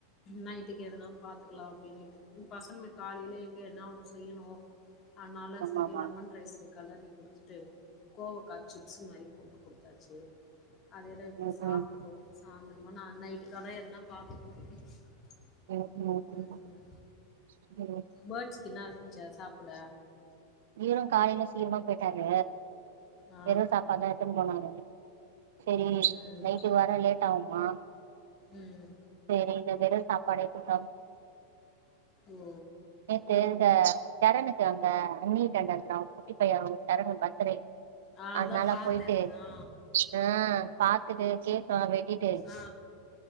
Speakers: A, on the left (about 30°); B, on the right (about 55°).
A: நைட்டுக்கு எதுனா பாத்துக்கலாம் அப்டின்ட்டு பசங்களுக்கு காலையிலே என்ன ஒண்ணும் செய்யணும் அதனால
B: ஆமாமா
A: சரி லெமன் ரைஸ் இரு கெலறி குடுத்துட்டு கோவக்காய சிப்ஸ் மாரி போட்டு குடுத்தாச்சு அதது எதான் இப்போ
B: ம்
A: சாப்பிட்டோம்
B: ம்
A: சாயந்திரமாக நான் நைட்டுக்காகத என பாரும் <inaudible> <inaudible>
B: ம் ம் ம்
A: உம்
B: ம்.
A: ஃபேர்ட்ஸ்க்கு என்ன வச்ச சாப்பிட
B: ஹுரோ காலையில சீரமா போயிட்டாங்க
A: ஆ
B: வெறும் சாப்பா தா எத்துனு போனாங்க சரி
A: ம் ம்
B: நைட்டுக்கு வரே லேட் ஆகும் ஆ
A: ம்
B: சரி இந்த வெறும் சாப்பாடே கூன்
A: ஓ
B: நேத்து இந்த தெறனுக்கு அங்க நீர் கண்டறம் குட்டி பையும் தெறனு பத்ரை
A: ஆ
B: அதனால
A: அதா பாத்தே
B: போயிட்டு
A: ஆ
B: ஆஹ் பாத்துட்டு கேக்கல வெட்டிட்டு
A: ஆ